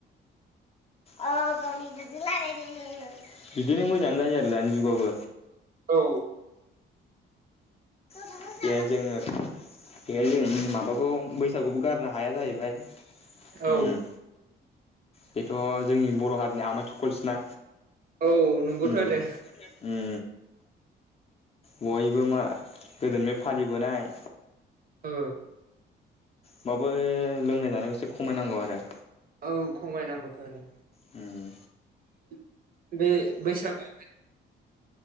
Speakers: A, on the left (about 30°); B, on the right (about 45°).
A: औ बिदिनो मोजाङानो जायो आरो दानि जुगावबो
B: औ
A: बे जोङो बेहाय जों माबाखौ बैसागुबो गारनो हाया जाहैबाय उम
B: औ
A: बेथ' जोंनि बर' हारिनि आमाइ थखलसोना
B: औ नंगौथ'
A: उम
B: आरो
A: उम गयबो माला गोदोनिनि फालिबोनाय
B: ओ
A: होनबाबो लोंनाय जानायाव एसे खमायनांगौ आरो
B: औ खमायनांगौथ' आरो
A: उम
B: <inaudible> बे बैसागुआ